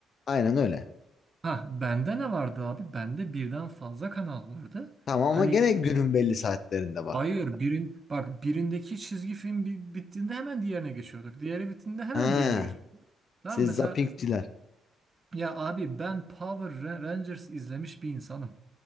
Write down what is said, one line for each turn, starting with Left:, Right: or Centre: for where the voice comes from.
Left: Aynen öyle.
Right: Ha bende ne vardı abi? Bende birden fazla kanal vardı.
Left: Tamam ama
Right: Hani
Left: gene günün belli saatlerinde var.
Right: hayır birin bak birindeki çizgi film bi- bittiğinde hemen diğerine geçiyorduk. Diğeri bittiğinde hemen
Left: Ha,
Right: diğerine geçiyorduk. Tamam
Left: siz
Right: mesela
Left: zappingçiler.
Right: Ya abi ben Power Ra- Rangers izlemiş bir insanım.